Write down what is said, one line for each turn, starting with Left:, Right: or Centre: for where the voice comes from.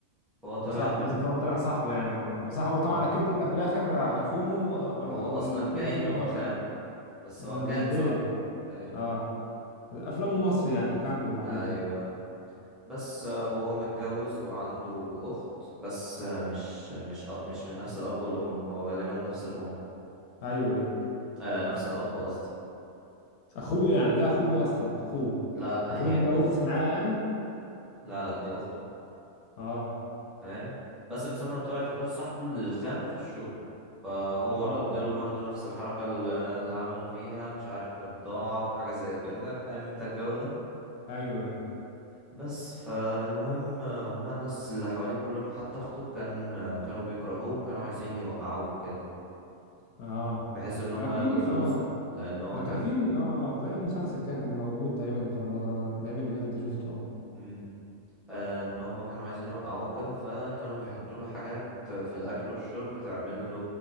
Centre: فهو طالع
Left: ده صاحبه
Centre: إن
Left: لازم طبعا طلع صاحبه يعني اه بس صاحبه
Centre: ما
Left: طبعا
Centre: أنا
Left: اكيد قال لك في الاخر هيخونه والح-
Centre: هو
Left: والفيلم
Centre: أصلا جاي إن
Left: كله
Centre: هو
Left: هيبقى
Centre: خانه
Left: معاه
Centre: بس
Left: مبدئيا
Centre: هو كان صاحبه فاهم
Left: اه الافلام المصري يعني كمل وبعدين
Centre: أيوة بس آه، وهو متجوز وعنده أخت بس آه، مش مش آه، مش من نفس الأب والأم هو غالبا نفس الأم
Left: ايوه ايوه
Centre: آه نفس الأب قصدي
Left: اخوه يعني ده اخوه اصلا اخوه
Centre: لا لا
Left: المفروض
Centre: هي
Left: ان ده
Centre: أخته
Left: ورث معاه يعني
Centre: لا لا دي أخته
Left: اه
Centre: فاهم باسم سمرة طالع في دور صاحبه اللي خانه في الشغل فهو
Left: اه اه
Centre: رد له برضه نفس الحركة الل- اللي عملوا فيها مش عارف في بضاعة وحاجة زي كده فاهم انت الجو ده
Left: ايوه ايوه
Centre: بس فالمهم آه، هما الناس اللي حواليه كلهم حتى اخته كان آه، كانوا بيكرهوه وكانوا عايزين يوقعوه كده
Left: اه
Centre: بحيث ان هما
Left: ده في
Centre: ياخدوا فلوسه
Left: اه
Centre: لان هو
Left: ده
Centre: كان
Left: كان في اه آه. زي مسلسل كده كان موجود تقريبا في رمضان في الايام اللي فاتت ده شفته اه
Centre: مم. آه، ان هم كانوا عايزين يوقعوه كده فكانوا بيحطوا له حاجات في الاكل والشرب تعمل له